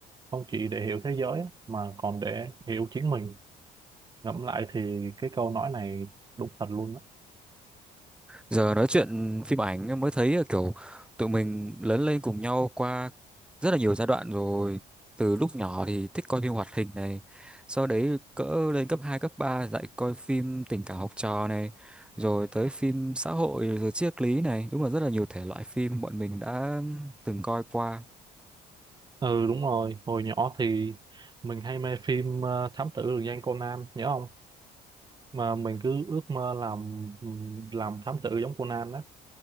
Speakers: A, on the right (about 25°); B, in the centre.
A: không chỉ để hiểu thế giới á, mà còn để hiểu chính mình ngẫm lại thì cái câu nói này đúng thật luôn á
B: Giờ nói chuyện phim ảnh em mới thấy là kiểu tụi mình lớn lên cùng nhau qua rất là nhiều giai đoạn rồi. Từ lúc nhỏ thì thích coi phim hoạt hình này, sau đấy cỡ lên cấp 2 cấp 3 dạy coi phim tình cảm học trò này, rồi tới phim xã hội, rồi triết lý này. Đúng là rất là nhiều thể loại phim bọn mình đã từng coi qua.
A: ừ đúng rồi hồi nhỏ thì mình hay mê phim ờ, thám tử lừng danh Conan nhớ không mà mình cứ ước mơ làm làm thám tử giống Conan đó